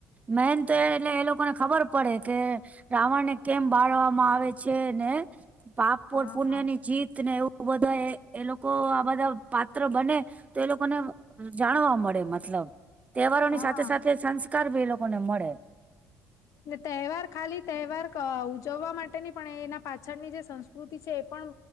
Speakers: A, on the right; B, on the left.
A: મેન તો એ એટલે એ લોકોને ખબર પડે કે રાવણ ને કેમ બાળવામાં આવે છે ને પાપ ઓર
B: હા
A: પુણ્ય ની જીત ને એવું બધા એ લોકો આ બધા પાત્ર બને તો એ લોકોને જાણવા મળે મતલબ તહેવારો
B: હા
A: ની સાથે સાથે સંસ્કાર ભી એ લોકોને મળે.
B: તહેવાર ખાલી તહેવાર ઉજવવા માટે નની પણ એના પાછળની જે સં પ્રકૃતિ છે એ પણ